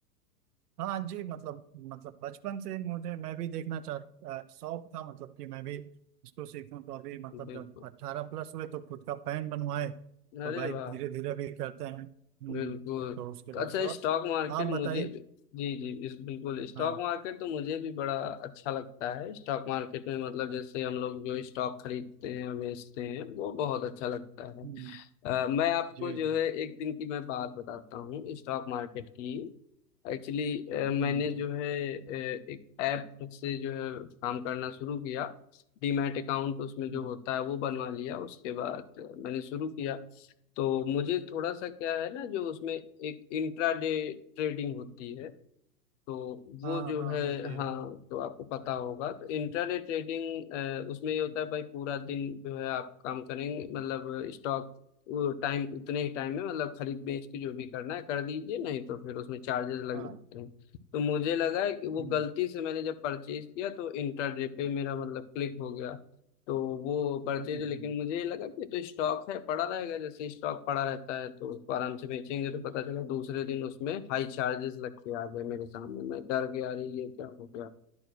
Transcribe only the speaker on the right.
हाँ जी मतलब मतलब बचपन से ही मुझे मैं भी देखना चाह अ, शौक था मतलब कि मैं भी इसको सीखूं तो अभी मतलब
जब अट्ठारह प्लस हुए तो खुद का पैन बनवाए तो
भाई
धीरे धीरे भी करते हैं हम्म,
तो उसके
बाद
से और
आप बताइए
हाँ
हम्म,
जी
जी
हम्म
जी
हम्म,
हाँ
हाँ
होती है
हाँ
हम्म
हम्म
हम्म